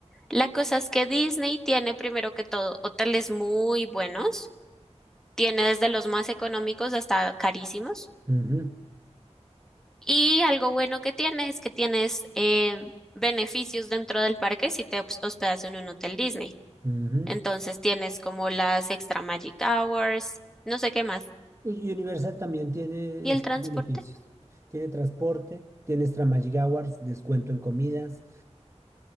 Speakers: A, in the centre; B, on the right.
A: La cosa es que Disney tiene primero que todo hoteles muy buenos. Tiene desde los más económicos hasta carísimos.
B: ujú,
A: Y algo bueno que tiene es que tienes eh, beneficios dentro del parque si te hos- hospedas en un hotel Disney.
B: ujú.
A: Entonces tienes como las extra magic hours, no sé qué más.
B: Y Universal también tiene
A: ¿Y
B: esos
A: el transporte?
B: beneficios. Tiene transporte, tiene extra Magic Hours, descuento en comidas,